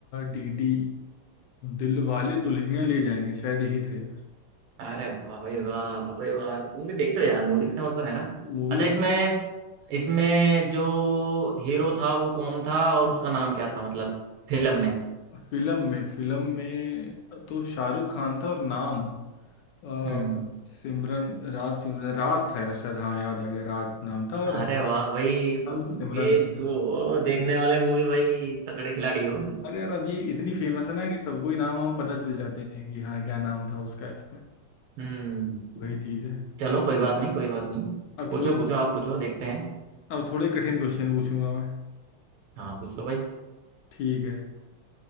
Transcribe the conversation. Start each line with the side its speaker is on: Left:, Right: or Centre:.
Left: D D Dilwale Dulhania Le Jayenge शायद यही था यार
Right: अरे वाह भाई वाह वाह भाई वाह तुम भी देखते हो यार मूवीज का मतलब है ना
Left: मूवीज
Right: अच्छा इसमें इसमें जो हीरो था वो कौन था और उसका नाम क्या था मतलब फिल्म में
Left: फिल्म में फिल्म में तो शाहरुख खान था और नाम अ,
Right: हम्म
Left: सिमरन राज सिमरन राज था यार शायद हाँ याद आ गया राज नाम था और
Right: अरे वाह भाई
Left: नाम
Right: पक्के
Left: सिमरन था
Right: वो देखने वाले मूवी भाई तगड़े खिलाड़ी हो
Left: अरे यार अब ये इतनी फेमस है ना कि सबको ही नाम वाम पता चल जाते हैं कि हाँ क्या नाम था उसका इसमें
Right: हम्म
Left: वही चीज़ है
Right: चलो
Left: चल
Right: कोई बात नहीं कोई बात नहीं
Left: अब
Right: पूछो
Left: थोड़ा
Right: पूछो आप पूछो देखते हैं
Left: अब थोड़े कठिन क्वेश्चन पूछूंगा मैं
Right: हाँ पूछ लो भाई
Left: ठीक है